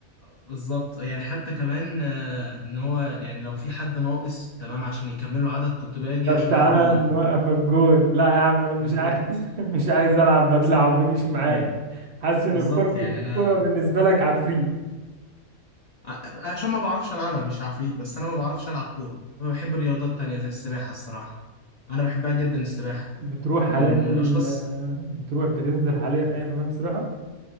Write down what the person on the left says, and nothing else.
بالظبط يعني حتى كمان آه، ان هو يعني لو في حد ناقص تمام عشان يكملوا عدد كنت باجي
عشان
اقف جون
بالظبط
اه يعني
بالظبط
يعني
انا
ع- عشان ما بعرفش العبها مش عفريت بس انا ما بعرفش العب كوره أنا بحب رياضات تانية زي السباحه الصراحه انا بحبها جدا السباحه
من
من الاشخاص